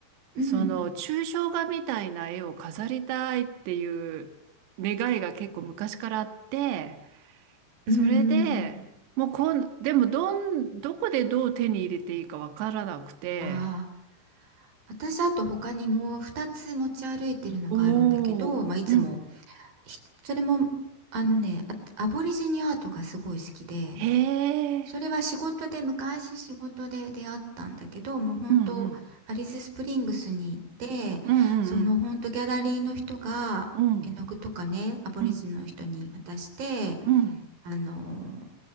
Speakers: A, on the right (about 50°); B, on the right (about 70°).
A: うん、
B: その抽象画みたいな絵を飾りたいっていう願いが結構昔からあって、
A: うんうんうん
B: それで、もうこん、でもどん、どこでどう手に入れていいかわからなくて、
A: ああ私あと他にも2つ持ち歩いてるのがあるんだけど、
B: おお、
A: まあ、いつも
B: うん、
A: ひそれもあのねあアボリジニアートがすごい好きで
B: へ
A: それは仕事で昔仕事で出会ったんだけどもう本当アリススプリングスに行っ
B: え、うんうん、
A: てその本当ギャラリーの人が絵の具とかねアボリジニの人に渡して
B: うんうんうん、うんうんうん、
A: あの